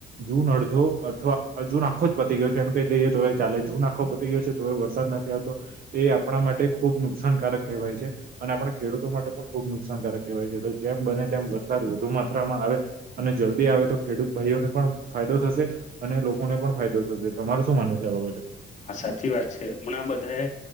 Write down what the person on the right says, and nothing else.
જૂન અડધો અથવા જૂન આખો જ પતી ગયો છે. એમ કહી દઈએ તો ચાલે જૂન આખો પતી ગયો છે તો એ વરસાદ નથી આવતો એ આપણા માટે ખુબ નુકસાનકારક કહેવાય છે અને આપણે ખેડૂત ખેડૂતો માટે પણ ખુબ નુકસાનકારક કહેવાય છે તો જેમ બને તેમ વરસાદ વધુ માત્રામાં આવે અને જલ્દી આવે તો ખેડૂત ભાઈઓને પણ ફાયદો થશે અને લોકોને પણ ફાયદો થશે. તમારું શું માનવું છે આ બાબતે?